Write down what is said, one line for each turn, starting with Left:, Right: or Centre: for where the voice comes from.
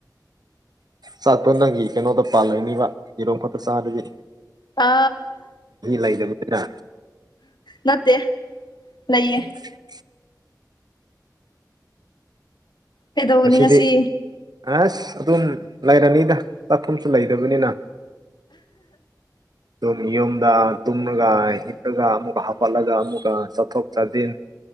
Right: ꯆꯥꯛꯇꯣ ꯅꯪꯒꯤ ꯀꯩꯅꯣꯗ ꯄꯥꯜꯂꯩꯅꯤꯕ ꯌꯦꯔꯨꯝ ꯈꯛꯇ ꯆꯥꯕꯒꯤ
Left: ꯑ
Right: ꯂꯩꯗꯕꯅꯤꯅ
Left: ꯅꯠꯇꯦ ꯂꯩꯌꯦ
Right: <inaudible>
Left: ꯀꯩꯗꯧꯕꯅꯤ
Right: ꯉꯁꯤꯗꯤ
Left: ꯉꯁꯤ
Right: ꯑꯁ ꯑꯗꯨꯝ ꯂꯩꯔꯅꯤꯗ ꯆꯥꯛꯈꯨꯝꯁꯨ ꯂꯩꯇꯕꯅꯤꯅ ꯇꯨꯝ ꯌꯨꯝꯗ ꯇꯨꯝꯂꯒ ꯍꯤꯞꯂꯒ ꯑꯃꯨꯛꯀ ꯍꯥꯞꯀꯠꯂꯒ ꯑꯃꯨꯛꯀ ꯆꯠꯊꯣꯛ ꯆꯠꯁꯤꯟ